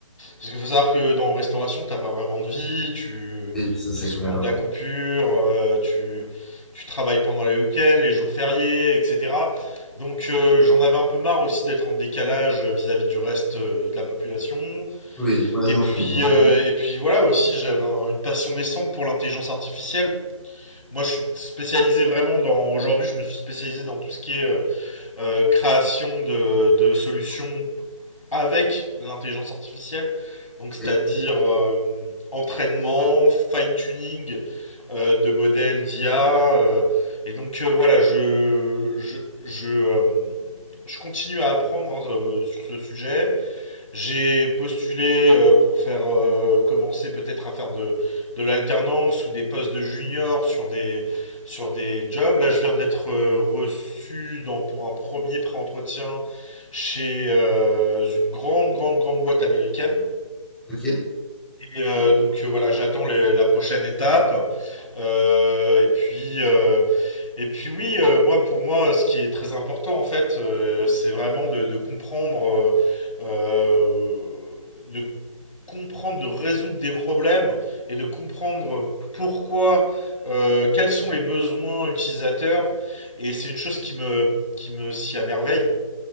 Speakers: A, on the left; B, in the centre.
A: Parce qu'il faut savoir que dans restauration, t'as pas vraiment de vie, tu
B: Oui, ça c'est
A: fais souvent
B: clair.
A: de la
B: Oui,
A: coupure, euh, tu, tu travailles pendant les week-ends, les jours fériés, etc. Donc euh, j'en avais un peu marre aussi d'être en décalage vis-à-vis du reste euh, de la population.
B: oui, ouais,
A: Et
B: non,
A: puis,
B: je comprends pas.
A: euh, et puis voilà, aussi j'avais un- une passion naissante pour l'intelligence artificielle. Moi, je suis spécialisé vraiment dans. Aujourd'hui, je me suis spécialisé dans tout ce qui est euh, euh, création de, de solutions avec l'intelligence artificielle. Donc, c'est-à-dire
B: Oui,
A: euh, entraînement, fine-tuning euh, de modèles d'IA. euh, et donc, euh, voilà, je, je, je, euh, je continue à apprendre hein, euh, sur ce sujet. J'ai postulé euh, pour faire euh, commencer peut-être à faire de, de l'alternance ou des postes de junior sur des, sur des jobs. Là, je viens d'être euh, reçu dans, pour un premier pré-entretien chez euh, une grande, grande, grande boîte américaine.
B: ok.
A: Et euh, donc euh, voilà, j'attends les- la prochaine étape. Euh, et puis, euh, et puis oui, euh, moi pour moi, ce qui est très important en fait, euh, c'est vraiment de, de comprendre, euh, euh, de comprendre, de résoudre des problèmes et de comprendre pourquoi, euh, quels sont les besoins utilisateurs. Et c'est une chose qui me, qui me s'y à merveille.